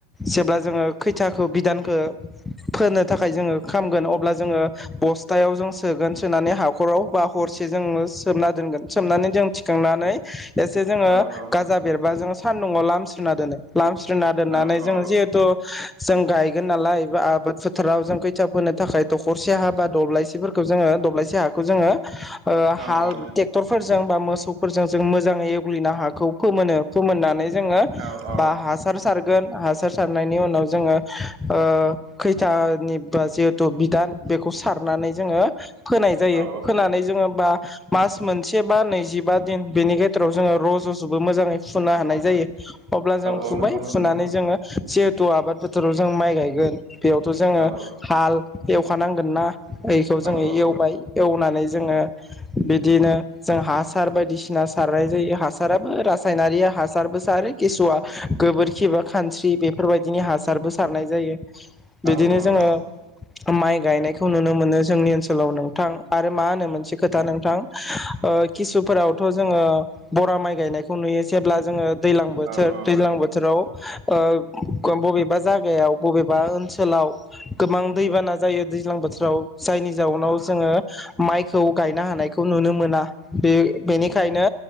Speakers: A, in the centre; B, on the right (about 25°).
A: जेब्ला जोङो खैथाखौ बिदानखौ फोनो थाखाय जोङो खामगोन अब्ला जोङो बस्थायाव सोगोन सोनानै हाखराव बा हरसे जोङो सोमना दोनगोन सोमनानै जों थिखांनानै एसे जोङो
B: औ औ
A: गाजा बेरबा जोङो सान्दुङआव लामस्रिना दोनो लामस्रिना दोन्नानै
B: औ औ
A: जोङो जिहेथु जों गायगोन नालाया आबाद फोथाराव जों खैथ फोनो थाखाय दखरसे हा बा दब्लायसेफोरखौ जोङो दब्लायसि हाखौ जोङो ओ
B: औ
A: हाल
B: औ
A: ट्रेक्टरफोरजों बा मोसौफोरजों जों मोजाङै एवग्लिनो हाखौ फोमोनो फोमोननानै जोङो
B: औ औ
A: बा हासार सारगोन। हासार सारनायनि उनाव जोङो ओ खैथानि बा जिहेथु बिदान बेखौ सारनानै जोङो फोनाय जायो
B: औ
A: फोनानै जोङो बा मास मोनसे बा नैजिबा दिन बेनि गेजेराव जोङो र' ज' जोबो मोजाङै फुनो हानाय जायो। अब्ला जों
B: औ
A: फुबाय
B: नंगौ नोंथां
A: फुनानै जोङो जिहेथु आबाद फोथोराव जों माइ गायगोन। बेयावथ' जोङो
B: औ
A: हाल एवखानांगोन ना बेखौ
B: औ
A: जोङो
B: औ
A: एवबाय एवनानै जोङो बिदिनो जों हासार बायदिसिना सारनाय जायो। हासाराबो रासायनारिया हासारबो सारो। किसुवआ गोबोरखि बा खानस्रि बेफोरबायदिनि हासारबो सारनाय जायो बिदिनो
B: औ
A: जोङो
B: औ
A: माइ गायनायखौ नुनो मोनो जोंनि ओनसोलाव नोंथां आरो मा होनो मोनसे खोथा नोंथां ओ किसुफोरावथ' जोङो ओ बरा माइ गायनायखौ नुयो जेब्ला, जोङो दैज्लां बोथोर
B: औ औ
A: दैज्लां बोथोराव ओ ख बबेबा जाग जायगायाव बबेबा ओनसोलाव गोबां दैबाना जायो दैज्लां बोथोराव जायनि जाउनाव जोङो माइखौ गायनो हानाय नुनो मोना बे-बेनिखायनो